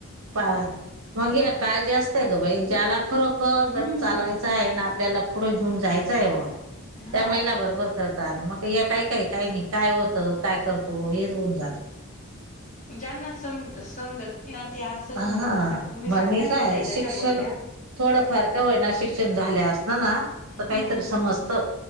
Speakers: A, on the right; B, on the left.
A: प मग काळजी असते ग बाई ज्याला खरोखर
B: हम्म
A: गट चालवायचं आहे ना, आपल्याला पुढं घेऊन जायचं आहे बुवा
B: हा
A: त्या महिला बरोबर मग हे काय काही नाही होतं काय करतो हेचऊन जात.
B: ज्यांना सम समजत ते <unintelligible>
A: ह हा
B: बोलता तुम्ही
A: मग
B: सांगताय
A: मी
B: ना
A: काय
B: त्या ताई तशा
A: शिक्षण
B: बोलल्या
A: थोडंफार का होयना शिक्षण झाल्या असत ना तर काहीतरी
B: हम्म
A: समजतं.